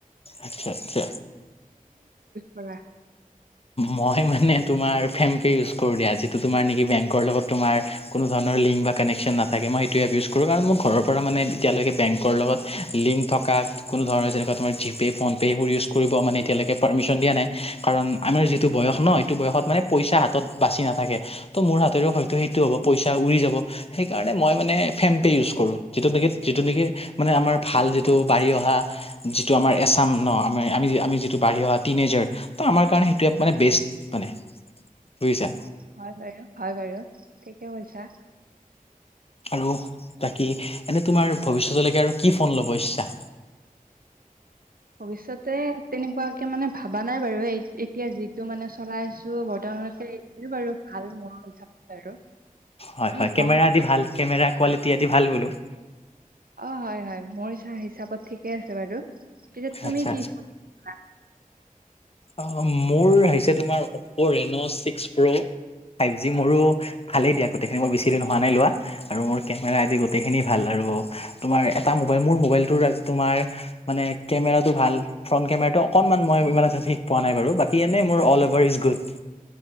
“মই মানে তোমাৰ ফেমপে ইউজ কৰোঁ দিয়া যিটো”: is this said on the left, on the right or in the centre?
Left